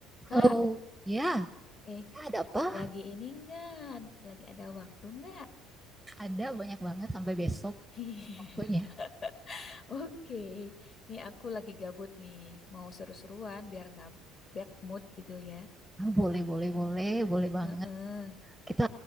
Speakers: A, on the left; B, in the centre.
A: Kak,
B: Halo, ya,
A: eh,
B: ya ada apa?
A: lagi ini enggak? Lagi ada waktu enggak?
B: Ada banyak banget sampai besok
A: <laughs>
B: waktunya.
A: Oke, nih aku lagi gabut nih, mau seru-seruan biar nggak bad mood gitu ya.
B: Ah, boleh, boleh, boleh, boleh banget.
A: Heeh.
B: Kita